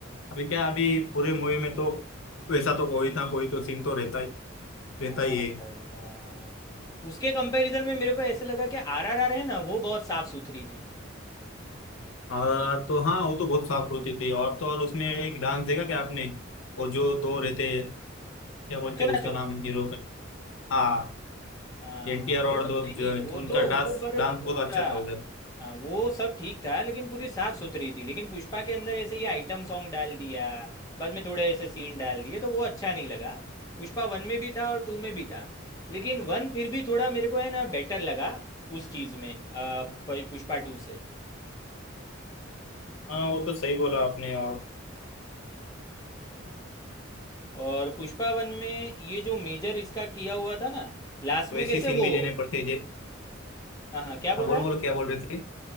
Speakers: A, on the left; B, on the left.
A: अभी क्या अभी पूरे मूवी में तो वैसा तो कोई ना कोई तो सीन तो रहता ही रहता
B: हाँ
A: ही है
B: भाई हाँ उसके कंपैरिजन में मेरे को ऐसे लगा कि आरआरआर है ना वो बहुत साफ सुथरी थी
A: और तो हाँ वो तो बहुत साफ होती थी और तो और उसमें एक डांस देखा क्या आपने वो जो दो रहते हैं, क्या बोलते
B: नाचो
A: हैं
B: नाचो
A: उसका नाम हीरो का हाँ
B: हाँ
A: एनटीआर
B: हाँ
A: और
B: वो तो
A: दो
B: नहीं
A: जो-
B: नहीं वो
A: उनका
B: तो वो
A: डांस
B: तो पर
A: डांस
B: वो
A: बहुत
B: पूरा
A: अच्छा था उधर
B: हाँ वो सब ठीक था लेकिन पूरी साफ सुथरी थी लेकिन पुष्पा के अंदर ऐसे ये आइटम सॉन्ग डाल दिया बाद में थोड़े ऐसे सीन डाल दिए तो वो अच्छा नहीं लगा पुष्पा वन में भी था और टू में भी था लेकिन वन फिर भी थोड़ा मेरे को है ना बेटर लगा उस चीज़ में अ, प- पुष्पा टू से
A: हाँ वो तो सही बोला आपने और
B: हम्म। और पुष्पा वन में ये जो मेजर इसका किया हुआ था ना लास्ट में
A: वैसे
B: कैसे
A: सीन
B: वो
A: भी लेने पड़ते हैं जे
B: हाँ हाँ क्या बोल
A: हाँ बोलो
B: रहा है
A: बोलो क्या बोल रहे थे